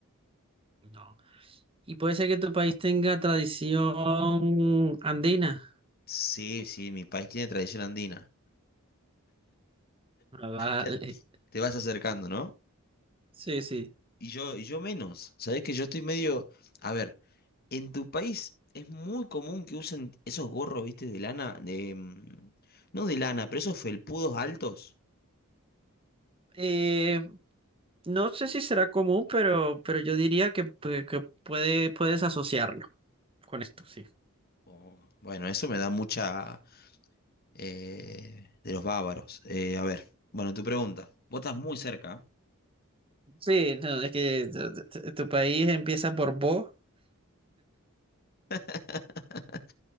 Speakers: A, on the right; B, on the left.
A: No. Y puede ser que tu país tenga tradición andina.
B: Sí, sí, mi país tiene tradición andina.
A: Ah,
B: Ya
A: Vale.
B: te vas acercando, ¿no?
A: Sí, sí.
B: Y yo, y yo menos. Sabés que yo estoy medio. A ver, en tu país es muy común que usen esos gorros, viste, de lana, de. mm, No de lana, pero esos felpudos altos.
A: Eh, no sé si será común, pero, pero yo diría que, pu- que puede, puedes asociarlo con esto, sí.
B: Oh, Bueno, eso me da mucha. eh, de los bávaros. Eh, a ver, bueno, tu pregunta. Vos estás muy cerca.
A: Sí, no, es que tu, tu- tu país empieza por Bo
B: <laughs>